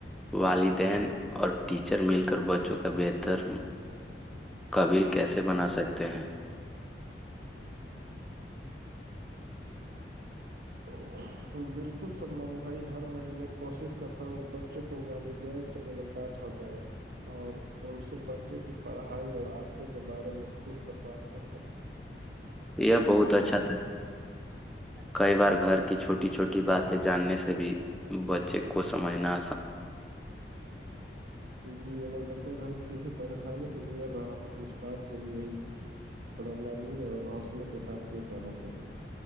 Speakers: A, in the centre; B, on the right (about 55°).
A: والدین اور ٹیچر مل کر بچوں کا بہتر قبل کیسے بنا سکتے
B: <inaudible> بالکل سلمان بھائی ہر مہینے کوشش کرتا ہوں بچے کو والدین ہو جائے اور ان سے بچے کی پڑھائی اور عادتوں کے بارے میں کھل کر بات کرتا
A: یا بہت اچھا خیبر گھر کی چھوٹی چھوٹی باتیں جاننے سے بھی بچے کو سمجھنا
B: جی اگر بچے گھر کے پیچھے برسانے سے گزر رہا ہو تو استاد کو بھی یہی اور نرمی اور حوصلے کے ساتھ یہ سارا چاہیے